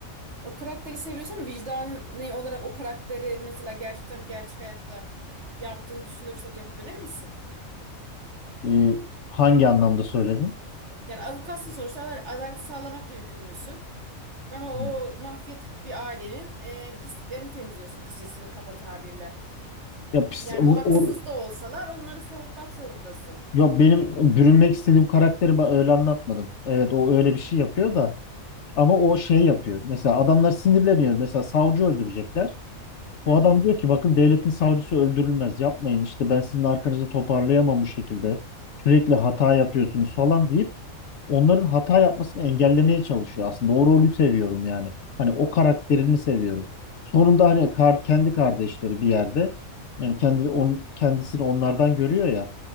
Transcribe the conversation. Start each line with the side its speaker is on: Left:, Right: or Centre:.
Right: O karakteri seviyorsun ama vicdanın ne olarak o karakteri mesela gerçekten gerçek hayatta yaptığını düşünürsek yapabilir misin?
Left: Ee, hangi anlamda söyledin?
Right: Yani avukatsın sonuçta adal- adalet sağlamakla yükümlüsün. Ama o
Left: Hmm.
Right: mafyatik bir ailenin e, pisliklerini temizliyorsun kısacası ve kaba tabirle.
Left: Ya, pis-
Right: Yani
Left: o,
Right: haksız
Left: o-
Right: da olsalar onları savunmak zorundasın.
Left: ya benim bürünmek istediğim karakteri ben öyle anlatmadım. Evet o öyle bir şey yapıyor da ama o şey yapıyor. Mesela adamlar sinirleniyor. Mesela savcı öldürecekler.
Right: Hı
Left: Bu
Right: hı.
Left: adam diyor ki bakın devletin savcısı öldürülmez. Yapmayın işte ben sizin arkanızı toparlayamam bu şekilde. Sürekli hata yapıyorsunuz falan deyip onların hata yapmasını engellemeye çalışıyor aslında. O rolü seviyorum yani. Hani o karakterini seviyorum. Sonunda hani kar- kendi kardeşleri bir yerde yani kendi on, kendisini onlardan görüyor ya.